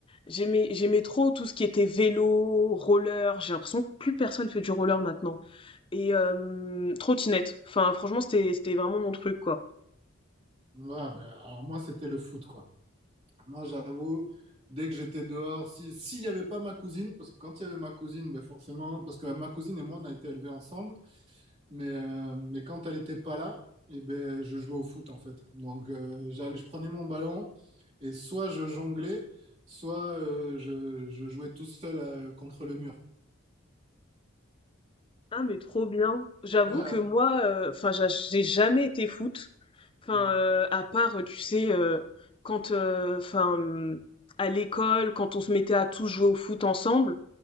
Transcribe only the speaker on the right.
Ouais, ben, alors, moi, c'était le foot, quoi. Moi, j'avoue, dès que j'étais dehors, si, s'il n'y avait pas ma cousine, parce que quand il y avait ma cousine, ben, forcément, parce que ma cousine et moi, on a été élevés ensemble, mais, euh, mais quand elle n'était pas là, eh ben, je jouais au foot, en fait. Donc, euh, j'allais, je prenais mon ballon et soit je jonglais, soit euh, je, je jouais tout seul euh, contre le mur.
<laughs>
Ouais.
Ouais.